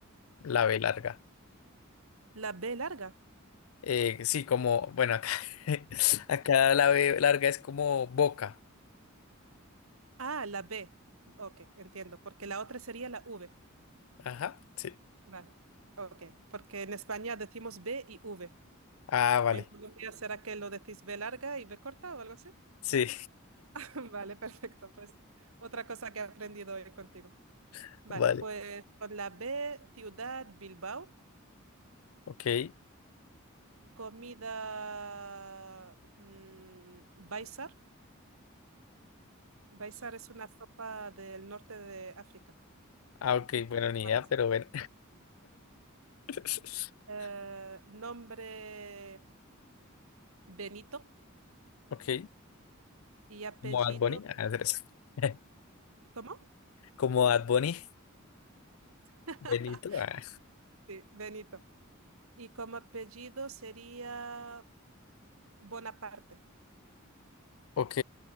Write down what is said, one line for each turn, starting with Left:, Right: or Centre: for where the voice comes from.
Left: La B larga.
Right: La B larga.
Left: Eh, sí, como, bueno, acá, <laughs> acá la B larga es como boca.
Right: Ah, la B. Ok, entiendo, porque la otra sería la V.
Left: Ajá, sí.
Right: Vale. Ok, porque en España decimos B y V.
Left: Ah, vale.
Right: ¿En Colombia será que lo decís B larga y B corta o algo así?
Left: Sí,
Right: <laughs> Vale, perfecto. Pues otra cosa que he aprendido hoy contigo.
Left: <laughs>
Right: Vale,
Left: vale.
Right: pues con la B, ciudad, Bilbao,
Left: Ok. Eh,
Right: comida, mm, baisar. Baisar es una sopa del norte de África,
Left: ah, ok,
Right: hecha
Left: bueno,
Right: con
Left: ni
Right: habas.
Left: idea, pero bueno. <laughs>
Right: Eh, nombre Benito
Left: Ok.
Right: y apellido,
Left: Como Bad Bunny. Ah, tres. <laughs>
Right: ¿cómo?
Left: Como Bad Bunny.
Right: <laughs>
Left: Benito. ah.
Right: Sí, Benito. Y como apellido sería Bonaparte.
Left: Ok,